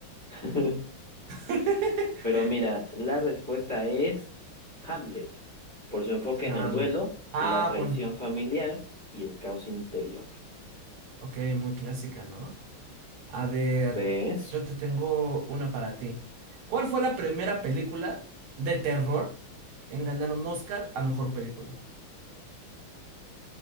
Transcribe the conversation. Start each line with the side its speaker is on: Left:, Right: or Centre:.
Left: <laughs>
Right: <laughs>
Left: Pero mira, la respuesta es Hamlet, por su enfoque
Right: Hamlet.
Left: en el duelo,
Right: Ah,
Left: la traición
Right: bueno.
Left: familiar y el caos interior.
Right: Ok, muy clásica, ¿no? A ver,
Left: ¿Ves?
Right: yo te tengo una para ti. ¿Cuál fue la primera película de terror en ganar un Oscar a mejor película?